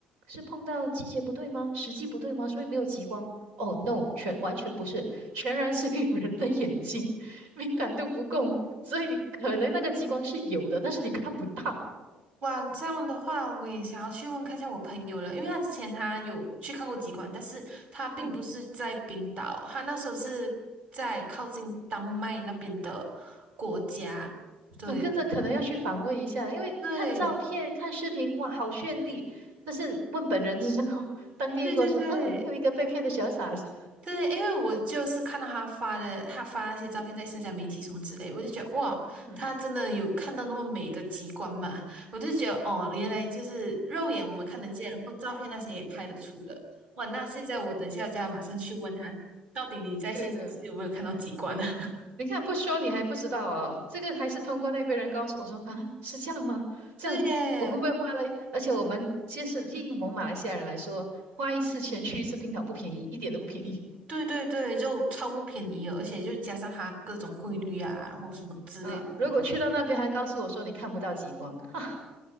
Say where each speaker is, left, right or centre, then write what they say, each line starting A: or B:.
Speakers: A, on the right; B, on the right.
A: 是碰到季节不对吗？时机不对吗？所以没有极光。哦，no，全完全不是，全然是因为人的眼睛敏感度不够，所以你可能那个极光是有的，但是你看不到。
B: 哇，这样的话，我也想要去问看一下我朋友了，因为他之前他有去看过极光，但是他并不是在冰岛，
A: 嗯。
B: 他那时候是在靠近丹麦那边的国家。对，
A: 那跟着可能要去访问一下，因为看照片、
B: 对，
A: 看视频，哇，好绚丽。但是问本人的时候，<laughs> 当地人跟我说：
B: 对对对。
A: “嗯，又一个被骗的小傻子。”
B: 对，因为我就是看到他发的，他发那些照片在社交媒体什么之类，我就觉得哇，
A: 嗯，
B: 他真的有看到那么美的极光嘛？我就觉得哦，原来就是肉眼我们看得见，然后照片那些也拍得出的。哇，那现在我等下就要马上去问他，到底你在现场是有没有看到极光啊？
A: 对对，你看不说你还不知道哦，这个还是通过那边人告诉我说啊，是这样吗？这样我会不会花了？
B: <laughs> 对耶，
A: 而且我们其实以我们马来西亚人来说，花一次钱去一次冰岛不便宜，一点都不便宜
B: 对对对，就超不便宜了，而且就加上他各种汇率啊，然后什么之类的，
A: <laughs> 啊。如果去到那边还告诉我说你看不到极光，<laughs> 哈。